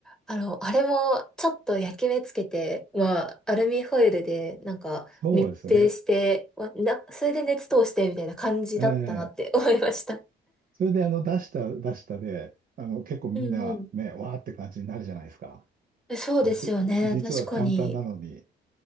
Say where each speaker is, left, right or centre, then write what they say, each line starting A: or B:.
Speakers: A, in the centre; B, on the right (about 45°).
A: あの、あれもちょっと焼き目つけて、まあ、アルミホイルで、なんか、
B: そうですね。
A: 密閉して、わな、それで熱通して、みたいな感じだったなって思いました。
B: ええそれで、あの、出した、出したで、あの、結構みんなね、
A: うんうん。
B: わーって感じになるじゃないですか。
A: えそうですよね。
B: 実、実は簡単なのに。
A: 確かに。